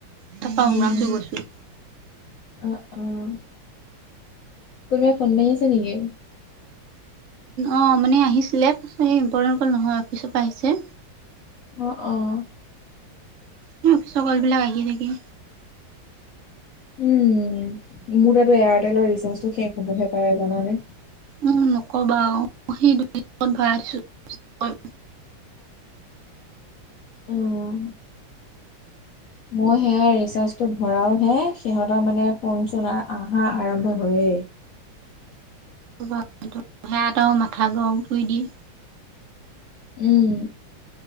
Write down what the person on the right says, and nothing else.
তাৰপা উমৰাংছু
গৈছোঁ।
অ' মানে আহিছিলে এ ইম্পৰ্টেণ্ট কল নহয় অফিচৰ পা আহিছে।
সেই অফিচৰ কলবিলাক আহি থাকে।
উম নক'বা আৰু সেই <unintelligible>
সিহঁতৰো মাথা গৰম কৰি দিয়ে।